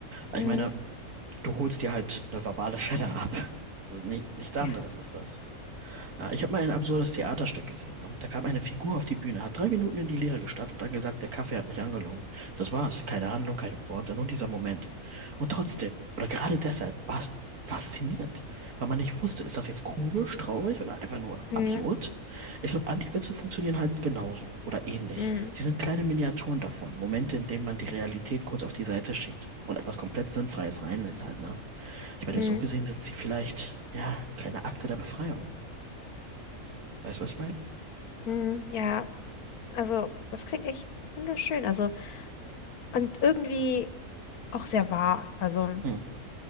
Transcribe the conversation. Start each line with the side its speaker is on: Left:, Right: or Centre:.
Right: Ich
Left: Mhm.
Right: meine, du holst dir halt eine verbale Schelle ab. Das ist nicht, nichts
Left: Ja.
Right: anderes ist das. Ja, ich habe mal ein absurdes Theaterstück gesehen. ne? Da kam eine Figur auf die Bühne, hat drei Minuten in die Leere gestarrt und dann gesagt, der Kaffee hat mich angelogen. Das war's. Keine Handlung, keine Pointe, nur dieser Moment. Und trotzdem, oder gerade deshalb, war es faszinierend, weil man nicht wusste, ist das jetzt komisch, traurig oder einfach nur
Left: Mhm.
Right: absurd? Ich glaube, Anti-Witze funktionieren halt genauso oder ähnlich.
Left: Mhm.
Right: Sie sind kleine Miniaturen davon, Momente, in denen man die Realität kurz auf die Seite schiebt und etwas komplett Sinnfreies reinlässt halt, ne? Ich meine,
Left: Mhm.
Right: so gesehen sind sie vielleicht, ja, kleine Akte der Befreiung. Weißt du, was ich meine?
Left: Mhm. Ja. Also, das klingt echt wunderschön. Also, und irgendwie auch sehr wahr. Also,
Right: Hm,